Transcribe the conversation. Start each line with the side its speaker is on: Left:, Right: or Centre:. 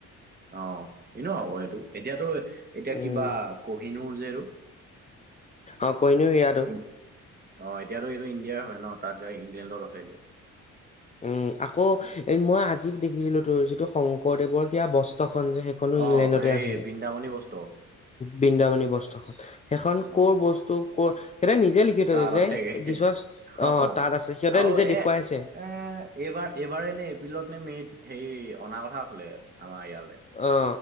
Right: অ এ ন আকৌ এইটো এতিয়াতো এতিয়া
Left: উম,
Right: কিবা কহিনুৰ যে এইটো
Left: অ কনো সিৰাাতটো
Right: ইন- অ এতিয়াতো এইটো ইণ্ডিয়াৰ হয় ন তাত এয়া ইংলেণ্ডত আছে এতিয়া
Left: উম আকৌ এ মই
Right: উম।
Left: আজি দেখিছিলো তোৰ যিটো শংকৰদেৱৰ কিবা বস্ত্ৰ খন যে সেইখনো
Right: অ
Left: ইংলেণ্ডতে
Right: হেৰি
Left: আছে
Right: বৃন্দাবনী বস্তু
Left: বৃন্দাবনী বস্ত্ৰখন সেইখন
Right: অ
Left: কৰ বস্তু কৰ সিহঁতে নিজে লিখি
Right: তাত
Left: থৈছে যে
Right: আছেগে
Left: দিছ আহ
Right: অ
Left: তাত আছে সিহঁতে
Right: আৰু
Left: নিজে
Right: এ
Left: দেখুৱাইছে
Right: এ এইবাৰ এইবাৰ নে এপ্ৰিলত নে মে'ত হেই অনা কথা আছিলে আমাৰ ইয়াত
Left: অ